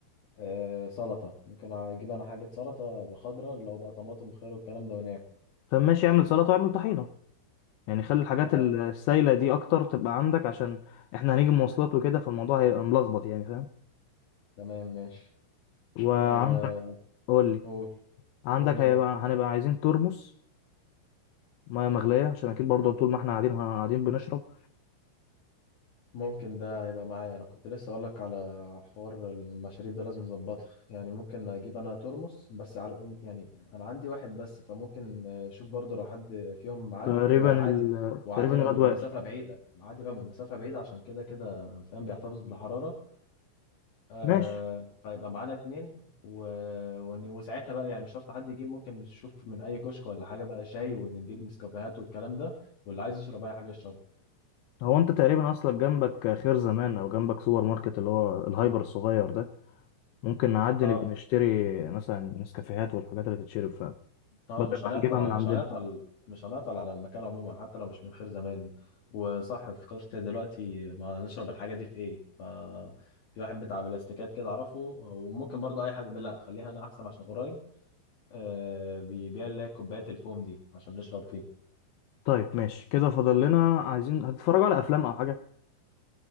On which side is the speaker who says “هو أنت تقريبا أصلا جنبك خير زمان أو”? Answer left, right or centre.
Left